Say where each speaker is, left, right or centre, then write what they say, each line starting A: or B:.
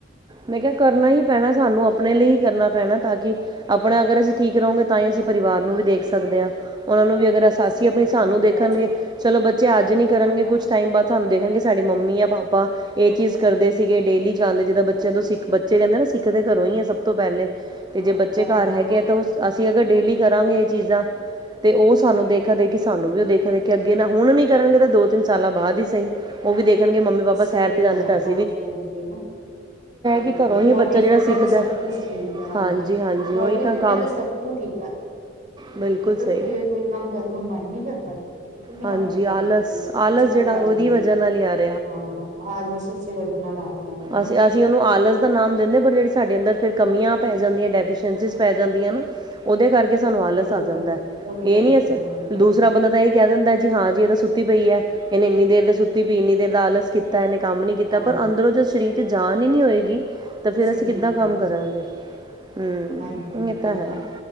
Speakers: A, on the right; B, on the right.
A: ਮੈਂ ਕਿਹਾ ਕਰਨਾ ਹੀ ਪੈਣਾ ਸਾਨੂੰ ਆਪਣੇ ਲਈ ਹੀ। ਕਰਨਾ ਪੈਣਾ ਤਾਂ ਕਿ ਆਪਣਾ ਅਗਰ ਅਸੀਂ ਠੀਕ ਰਹੋਗੇ ਤਾਂ ਹੀ ਅਸੀਂ ਪਰਿਵਾਰ ਨੂੰ ਵੀ ਦੇਖ ਸਕਦੇ ਆਂ ਉਹਨਾਂ ਨੂੰ ਵੀ ਅਗਰ ਸਾਸੀ
B: ਸਹੀ
A: ਆਪੀ ਸਾਨੂੰ
B: ਗੱਲ ਹੈ
A: ਦੇਖਣਗੇ।
B: ਬੋਡੀ
A: ਚਲੋ ਬੱਚੇ ਅੱਜ ਨੀਂ ਕਰਨਗੇ, ਕੁਛ ਟਾਈਮ ਬਾਅਦ ਸਾਨੂੰ ਦੇਖਣਗੇ ਸਾਡੀ ਮੰਮੀ ਜਾਂ ਪਾਪਾ ਇਹ ਚੀਜ਼ ਕਰਦੇ ਸੀਗੇ ਡੇਲੀ ਜਾਂਦੇ ਜਿਦਾਂ ਬੱਚਿਆਂ ਤੋਂ ਸਿੱਖ ਬੱਚੇ ਕਿਹੰਦੇ ਨੇ ਸਿੱਖ ਸਿੱਖਦੇ ਘਰੋਂ ਈ ਐ ਸਭ ਤੋਂ ਪਹਿਲੇ ਤੇ ਜੇ ਬੱਚੇ
B: ਹਾਂਜੀ
A: ਘਰ
B: ਹਾਂਜੀ
A: ਹੈਗੇ
B: ਨਾ
A: ਆ ਤਾਂ ਉਸ ਅਸੀਂ ਅਗਰ ਡੇਲੀ ਕਰਾਂਗੇ ਇਹ ਚੀਜ਼ਾਂ ਤੇ ਉਹ ਸਾਨੂੰ ਦੇਖਾ ਦੇਖੀ ਸਾਨੂੰ ਵੀ ਉਹ ਦੇਖ ਦੇਖ ਅੱਗੇ ਨਾਂ ਹੁਣ ਨੀ ਕਰਨਗੇ, ਤਾਂ ਦੋ-ਤਿੰਨ ਸਾਲਾਂ ਬਾਅਦ ਹੀ ਸਹੀ, ਉਹ ਵੀ ਦੇਖਣਗੇ ਮੰਮੀ ਪਾਪਾ
B: ਸਹੀ
A: ਸੈਰ ਤੇ ਜਾਂਦੇ
B: ਗੱਲ ਹੈ,
A: ਤਾਂ ਅਸ
B: ਹਾਂਜੀ, ਹਾਂਜੀ, ਹਨਾਂ। ਹਾਂਜੀ,
A: ਕਿ
B: ਹਾਂਜੀ
A: ਘਰੋਂ
B: ਬੋਡੀ
A: ਹੀ ਬੱਚਾ ਜਿਹੜਾ
B: ਫਿਟ
A: ਸਿੱਖਦਾ
B: ਐ ਤੇ ਸਭ ਕੁਝ ਠੀਕ ਐ।
A: ਹਾਂਜੀ ਹਾਂਜੀ
B: ਬੋਡੀ
A: ਉਹੀ ਤਾਂ
B: ਫਿਟ
A: ਕੰਮ
B: ਐ ਤੇ ਸਭ ਤੂੰ ਠੀਕ ਆ।
A: ਬਿਲਕੁਲ ਸਹੀ।
B: ਫਿਰ ਕੋਈ ਕੰਮ ਕਰਨ ਨੂੰ ਮਨ ਨੀਂ ਕਰਦਾ। ਨੀ
A: ਹਾਂਜੀ
B: ਮਨ ਕਰਦਾ
A: ਆਲਸ,
B: ਬਿਲਕੁਲ ਵੀ ਕੁਛ
A: ਆਲਸ
B: ਕੰਮ
A: ਜਿਹੜਾ
B: ਕਰ
A: ਉਹਦੀ
B: ਲਈਏ
A: ਵਜ੍ਹਾ ਨਾਲ ਈ ਆ ਰਿ
B: ਹਾਂ, ਆਲਸ ਇਸੇ ਵਜ੍ਹਾ ਨਾਲ ਆ ਰਿਹਾ ਐ ਨਾਂ।
A: ਅਸੀਂ ਅਸੀਂ ਉਹਨੂੰ ਆਲਸ ਦਾ ਨਾਮ ਦਿੰਦੇ ਪਰ ਜਿਹੜੀ ਸਾਡੇ ਅੰਦਰ, ਫਿਰ ਕਮੀਆਂ ਪੈ ਜਾਂਦੀਆਂ, ਡੈਫੀਸੇ਼ਂਅੰਸਿਸ ਪੈ ਜਾਂਦੀਆਂ ਆ ਨਾਂ। ਉਹਦੇ ਕਰਕੇ ਸਾਨੂੰ ਆਲਸ
B: ਸਹੀ
A: ਆ
B: ਗੱਲ
A: ਜਾਂਦਾ।
B: ਐ, ਉਹਦੇ
A: ਇਹ
B: ਕਰਕੇ
A: ਨੀਂ
B: ਹਾਂ ਉਹੀ
A: ਦੂਸਰਾ
B: ਨਾ
A: ਬੰਦਾ ਤਾਂ ਇਹੀ ਕਹਿ ਦਿੰਦਾ ਜੀ ਹਾਂ ਜੀ ਇਹ ਤਾਂ ਸੁੱਤੀ ਪਈ ਐ, ਇਹਨੇ ਇੰਨੀ ਦੇਰ ਦੇ ਸੁੱਤੀ ਤੇ ਵੀ ਇੰਨੀ ਦੇਰ ਨਾਲ ਕੀਤਾ ਇਹਨੇਂ ਕੰਮ ਨਹੀਂ ਕੀਤਾ।
B: ਹਾਂ
A: ਪਰ ਅੰਦਰੋਂ ਜੋ ਸਰੀਰ ਚ ਜਾਨ ਈ ਨਹੀਂ ਹੋਏਗੀ ਤੇ ਫੇਰ
B: ਸਰੀਰ
A: ਅਸੀਂ ਕਿੱਦਾਂ
B: ਚ ਜਾਣਗੇ
A: ਕੰਮ ਕਰਾਂਗੇ। ਹਂ,
B: ਹਾਂਜੀ ਹਾਂਜੀ
A: ਇਹ ਤਾਂ
B: ਉਹੀ
A: ਹੈ
B: ਨਾ